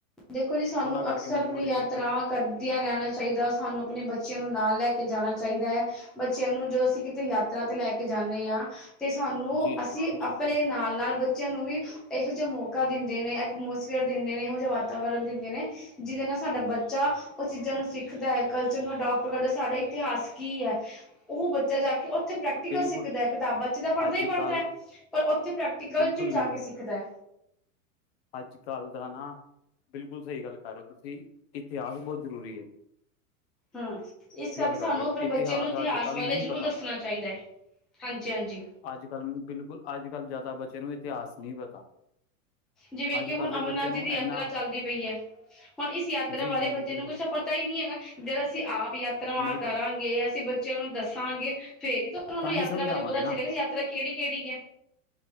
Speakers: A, in the centre; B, on the left.
A: ਦੇਖੋ ਜੀ ਸਾਨੂੰ
B: ਉਹਨਾਂ ਕਰਕੇ
A: ਅਕਸਰ
B: ਮੈਨੂੰ
A: ਆਪਣੀ
B: ਥੋੜੀ
A: ਯਾਤਰਾਵਾਂ
B: ਜਿਹੀ
A: ਕਰ ਕਰਦਿਆਂ ਰਹਿਣਾ ਚਾਹੀਦਾ। ਸਾਨੂੰ ਆਪਣੇ ਬੱਚਿਆਂ ਨੂੰ ਨਾਲ ਲੈ ਕੇ ਜਾਣਾ ਚਾਹੀਦਾ ਹੈ। ਬੱਚਿਆਂ ਨੂੰ ਜਦੋਂ ਅਸੀਂ ਕਿਤੇ ਯਾਤਰਾ ਤੇ ਲੈ ਕੇ ਜਾਂਨੇ ਹਾਂ। ਅਤੇ ਸਾਨੂੰ
B: ਜੀ
A: ਅਸੀਂ
B: ਜੀ
A: ਆਪਣੇ
B: ਜੀ
A: ਨਾਲ ਨਾਲ ਬੱਚਿਆਂ ਨੂੰ ਵੀ ਇਹੋ ਜਿਹਾ ਮੌਕਾ ਦਿੰਦੇ ਨੇ ਐਟਮੋਸਫੀਅਰ ਦਿੰਦੇ ਨੇ ਇਹੋ ਜਿਹਾ ਵਾਤਾਵਰਨ ਦਿੰਦੇ ਨੇ। ਜਿਹਦੇ ਨਾਲ ਸਾਡਾ ਬੱਚਾ ਉਹ ਚੀਜ਼ਾਂ ਨੂੰ ਸਿੱਖਦਾ ਹੈ ਕਲਚਰ ਨੂੰ ਅਡੋਪਟ ਕਰਦਾ ਸਾਡਾ ਇਤਿਹਾਸ ਕੀ ਹੈ। ਉਹ ਬੱਚਾ ਜਾ ਕੇ ਉੱਥੇ ਪ੍ਰੈਕਟੀਕਲ
B: ਬਿਲਕੁਲ
A: ਸਿੱਖਦਾ ਕਿਤਾਬਾਂ ਚ ਤਾਂ ਪੜ੍ਹਦਾ
B: ਅੱਜ
A: ਹੀ ਪੜ੍ਹਦਾ
B: ਕੱਲ
A: ਹੈ ਪਰ ਉੱਥੇ ਪ੍ਰੈਕਟੀਕਲ
B: ਬਿਲਕੁਲ
A: ਚ' ਵੀ ਜਾ
B: ਬਿਲਕੁਲ
A: ਕੇ ਸਿੱਖਦਾ।
B: ਅੱਜ ਕੱਲ ਦਾ ਨਾ ਬਿਲਕੁਲ ਸਹੀ ਗੱਲ ਕਰ ਰਹੇ ਹੋ ਤੁਸੀਂ ਇਤਿਹਾਸ ਬਹੁਤ ਜ਼ਰੂਰੀ ਐ
A: ਹਾਂ ਇਸ ਕਰਕੇ ਸਾਨੂੰ
B: ਕਰ ਰਹੇ ਹੋ
A: ਆਪਣੇ ਬੱਚੇ ਨੂੰ ਇਤਿਹਾਸ
B: ਅੱਜ ਕੱਲ੍ਹ
A: ਬਾਰੇ
B: ਨਹੀਂ
A: ਜ਼ਰੂਰ
B: ਪਤਾ
A: ਦੱਸਣਾ ਚਾਹੀਦਾ ਹੈ ਹਾਂਜੀ ਹਾਂਜੀ
B: ਅੱਜ ਕੱਲ ਬਿਲਕੁਲ ਅੱਜ ਕੱਲ੍ਹ ਜ਼ਿਆਦਾ ਬੱਚੇ ਨੂੰ ਇਤਿਹਾਸ ਨਹੀਂ ਪਤਾ
A: ਜਿਵੇਂ ਕਿ
B: ਅੱਜ ਕੱਲ੍ਹ
A: ਹੁਣ
B: ਦੇ
A: ਅਮਰਨਾਥ
B: ਬੱਚੇ
A: ਜੀ
B: ਨੂੰ
A: ਦੀ ਯਾਤਰਾ
B: ਇੰਨਾ
A: ਚੱਲਦੀ ਪਈ ਹੈ ਹੁਣ ਇਸ ਯਾਤਰਾ
B: ਜੀ
A: ਬਾਰੇ
B: ਜੀ ਜੀ
A: ਬੱਚੇ
B: ਬਿਲਕੁਲ
A: ਨੂੰ ਕੁਛ ਪਤਾ ਹੀ ਨਹੀਂ ਹੈਗਾ ਜਦ ਅਸੀਂ ਆਪ ਯਾਤਰਾ
B: ਨਹੀਂ
A: ਕਰਾਂਗੇ
B: ਪਤਾ
A: ਅਸੀਂ ਬਚੇ ਬੱਚੇ ਉਹਨੂੰ ਦੱਸਾਂਗੇ ਫੇਰ ਹੀ ਤਾਂ ਉਹਨੂੰ ਯਾਤਰਾ
B: ਹੀ ਸਮਝਾਵਾਂਗੇ
A: ਬਾਰੇ ਪਤਾ
B: ਨਾ
A: ਚਲੇਗਾ ਯਾਤਰਾ ਕਿਹੜੀ ਕਿਹੜੀ ਹੈ